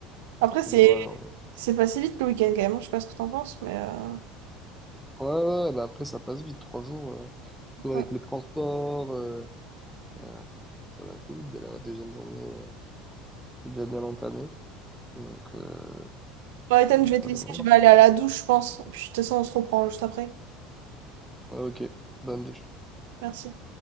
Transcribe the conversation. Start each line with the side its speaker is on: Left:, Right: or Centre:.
Right: Après, c'est
Centre: ça devrait aller, en vrai.
Right: c'est passé vite le week-end quand même, hein, je sais pas ce que t'en penses, mais... euh,
Centre: Ouais, ouais, bah après, ça passe vite, trois jours, euh, Surtout
Right: ouais.
Centre: avec les transports, euh, euh, ça va assez vite, mais la deuxième journée euh, est déjà bien entamée. Donc, euh,
Right: Bon, Ethan,
Centre: donc,
Right: je vais te
Centre: euh,
Right: laisser,
Centre: voilà.
Right: je vais aller à la douche, je pense. Puis de toute façon, on se reprend juste après.
Centre: Ouais, ok, bonne
Right: Merci.